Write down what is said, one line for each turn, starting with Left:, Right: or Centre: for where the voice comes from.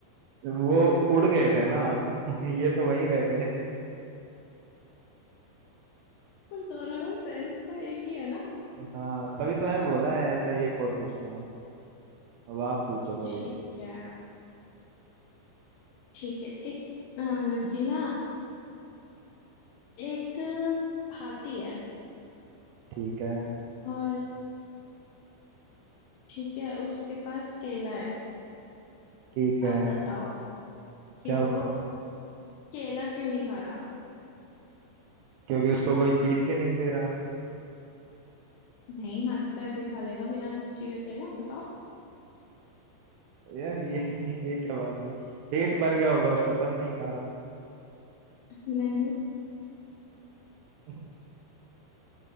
Right: वो उड़ गए थे ना <laughs> ये तो वहीं रह गए
Left: पर दोनों का सेंस तो एक ही है ना
Right: हाँ तभी तो मैंने बोला है ऐसा ही एक और पूछता हूँ अब आप पूछो कोई
Left: ठीक है ठीक है एक अ, मतलब कि ना एक हाथी है
Right: ठीक है
Left: और ठीक है उसके पास केला है
Right: ठीक है
Left: अब बताओ कि
Right: क्या
Left: वो
Right: बताऊँ
Left: केला क्यों नहीं खा रहा
Right: क्योंकि उसको कोई छील के नहीं दे रहा
Left: नहीं हाथी तो ऐसे ही खा लेगा बिना चीरे केला बताओ
Right: यार ये <laughs> ये क्या बात हुई पेट भर गया होगा उसका तब नहीं खा रहा
Left: नहीं
Right: <laughs>